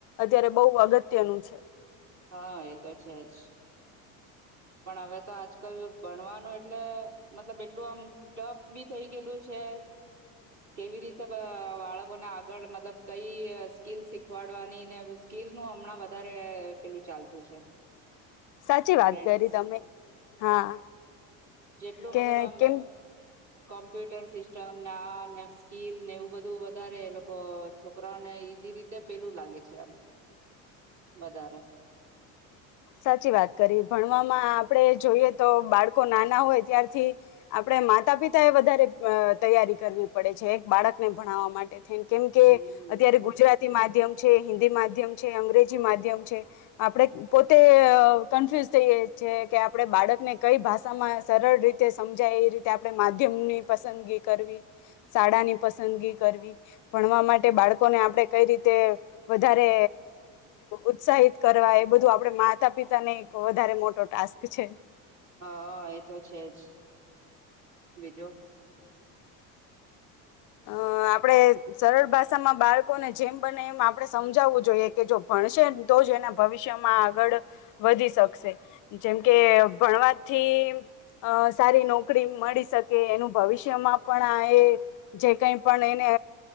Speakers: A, on the left (about 50°); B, on the right (about 45°).
A: અત્યારે બહુ અગત્યનું છે.
B: હા એ તો છે જ. પણ હવે તો આજ. ક ભણવાનું એટલે. મતલબ એટલું આમ ટફ બી થઇ ગયેલું છે. કેવી રીતે બાળકો ના આ. આગળ મતલબ કઈ સ્કીલ શીખવાડવાનીને સ્કીિલ નું હમણાં વધારે પેલું ચાલતું છે.
A: સાચી વાત
B: ટ્રેન્ડસ
A: કરી. તમે હા.
B: જેટલું મતલબ
A: કે
B: આમ.
A: કેમ
B: કોમ્પ્યુટર સિસ્ટમને આ ને સ્કીલ ને એવું બધું વધારે એ લોકો છોકરાઓને ઈઝ રીતે પેલું લાગે છે એમ વધારે.
A: સાચી વાત કરી ભણવામાં આપડે જોઈએ તો બાળકો નાના હોય ત્યારથી આપડ માતા પિતાએ વધારે તૈયારી કરવી પડે છે એક બાળકને ભણાવવા માટે. કેમ
B: હમ
A: કે અત્યારે ગુજરાતી માધ્યમ છે હિન્દી માધ્ય. અંગ્રેજી માધ્યમ છે આપણે. પોતે કન્ફ્યુઝ થઈએ છી છે કે આપણે બાળકને કઈ ભાષામાં સરળ રીતે સમજાય એ રીતે આપણે માધ્યમની પસંદગી કરવી શાળાની પસંદગી કરવી ભણવા માટે બાળકોને આપણે કઈ રીતે. વધારે ઉત્સાહિત. કરવા એ બધું. આપડ માતા પિતા ને એક વધારે મોટો ટાસ્ક છે.
B: હા એ તો છે જ. બીજું.
A: અ આપણેે સરળ ભાષામાં બાળકોને જેમ બને એમ આપણે સમજાવવું જોઈએ કે જો ભણશેને તો જ એના ભવિષ્યમાં આગળ વધી શકશે જેમ કે ભણવાથી સારી નોકરી મળી શકે એનું ભવિષ્યમાં પણ આ એ. જે કઈ પણ એને